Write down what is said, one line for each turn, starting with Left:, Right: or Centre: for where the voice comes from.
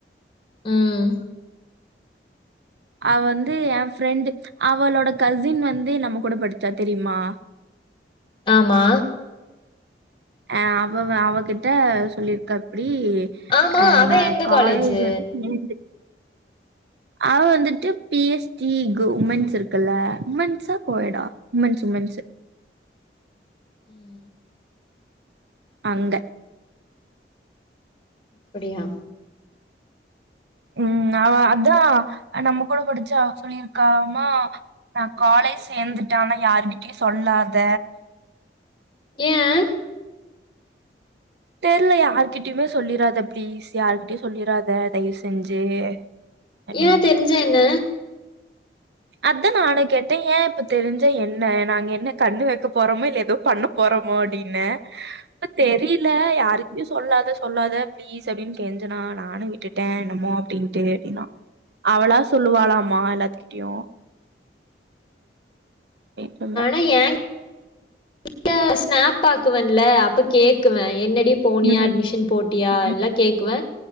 Left: ம்
Right: அவ வந்து என் ஃப்ரெண்டு் அவளோட கசின் வந்து நம்ம கூட படிச்சா தெரியுமா
Left: ஆமா
Right: அ அவ வ அவகிட்ட சொல்லிருக்கா அப்டி
Left: ஆமா
Right: அ
Left: அவ
Right: நா
Left: எந்த
Right: காலேஜ்
Left: காலேஜு
Right: வந்து சேந்து அவ வந்துட்டு பி எஸ் டி கு உமன்ஸ் இருக்குல்ல உமன்ஸா கோ எட்டா உமன்ஸ் உமன்ஸ்ஸு
Left: ம்
Right: அங்க
Left: அப்படியா
Right: ம் அவ அதா நம்ம கூட படிச்சா சொல்லியிருக்காம நா காலேஜ் சேந்துட்ட ஆனா யாருகிட்டயும் சொல்லாத
Left: ஏன்
Right: தெர்லயே ஆருகிட்டயுமே சொல்லிராத ப்ளீஸ் யாருகிட்டயும் சொல்லிராத தயவு செஞ்சு அப்டின்னு.
Left: ஏன் தெரிஞ்சா என்ன
Right: அதா நானு கேட்ட ஏன் இப்ப தெரிஞ்சா என்ன நாங்க என்ன கண்ணு வெக்க போறோமா இல்ல எதோ பண்ண போறமோ அப்டின்னு இப்ப தெரில யாருக்கிட்யும் சொல்லாத சொல்லாத ப்ளீஸ் அப்டின் கெஞ்சனா நானும் விட்டுட்ட என்னமோ அப்டின்ட்டு அப்டின்னா சொல்லுவாளாமா எல்லாத்துக்கிட்டயும் இர்க்குந்தா
Left: ஏன் <inaudible> கிட்டா ஸ்னாப் ஆக்குவன்ல அப்ப கேக்குவ என்னடி ப் போனியே
Right: ம்,
Left: அட்மிஷன் போட்டியா
Right: ம்,
Left: எல்லா கேக்குவே